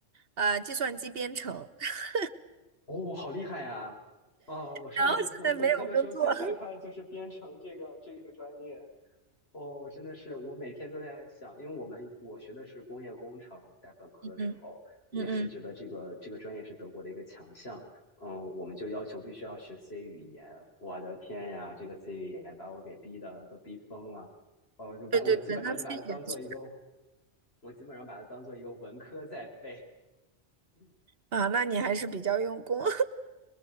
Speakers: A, on the right; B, on the left.
A: 呃，计算机编程，<laughs>
B: 哦，好厉害呀！哦，我上我本科的时候最害怕的就是编程这个这个专业。
A: 然后现在没有工作。<laughs>
B: 哦，真的是，我每天都在想，因为我们我学的是工业工程，在本科的时候也是觉得这个这个专业是德国的一个强项，
A: 嗯嗯嗯，
B: 嗯，我们就要求必须要学 C 语言，我的天呀，这个 C 语言把我给逼的都逼疯了，哦，就把我基本上就把它当做一个，
A: 对对对，那是研究
B: 我基本上把它当做一个文科在背，<laughs>
A: 啊，那你还是比较用功，